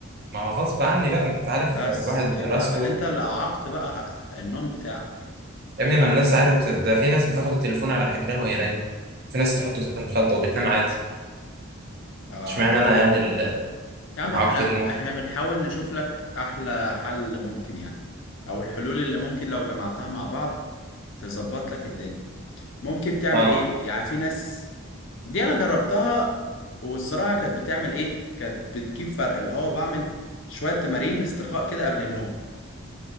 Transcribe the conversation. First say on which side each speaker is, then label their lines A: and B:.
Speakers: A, on the right (about 50°); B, on the left (about 65°).
A: ما هو غصب عني بقى انت عارف
B: بس
A: الواحد
B: يبقى
A: دراسته
B: انت اللي عاقت بقى ه- ه- النوم بتاعك
A: يا ابني ما الناس عادي بت... ده في ناس بتاخد التليفون على حجرها وهي نايمه في ناس تحطه تحت المخده وبتنام عادي
B: اه
A: اشمعنى انا يعني ال-
B: يا عم احنا
A: اعاقه النوم
B: احنا بنحاول نشوف لك احلى حل ممكن يعني او الحلول اللي ممكن لو جمعتها مع بعض تظبط لك الدنيا ممكن تعمل
A: اه
B: ايه يعني في ناس دي انا جربتها والصراحة كانت بتعمل ايه كانت بتجيب فرق اللي هو بعمل شوية تمارين استرخاء كده قبل النوم